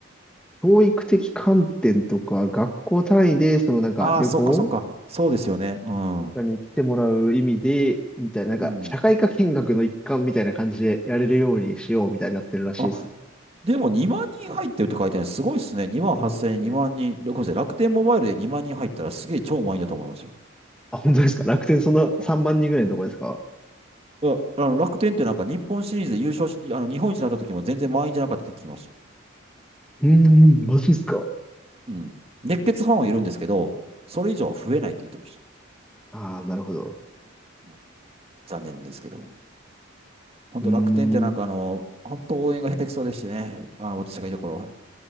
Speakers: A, in the centre; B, on the right.
A: 教育的観点とか、学校単位で、そのなんか旅行
B: ああー、そっかそっか。そうですよね。うん。
A: に来てもらう意味で、みたいな、なんか、
B: うん。
A: 社会科見学の一環みたいな感じでやれるようにしようみたいになってるらしいですね。
B: あ、でも2万人入ってるって書いてあるのすごいっすね。2万8000、
A: そうですね。
B: 2万人。ごめんなさい。楽天モバイルで2万人入ったらすげえ超満員だと思いますよ。
A: あ、本当ですか楽天そんな3万人ぐらいのとこですか
B: あ、ああの楽天ってなんか日本シリーズで優勝し、あの日本一になった時も全然満員じゃなかったって聞きました。
A: うーん、マジですか
B: うん。熱血ファンはいるんですけど、それ以上は増えないって言ってました。
A: ああ、なるほど。
B: うん残念ですけども。本当楽天ってなんかあの、
A: うーん。
B: 本当応援が下手くそでしてね。あの、私がいた頃は。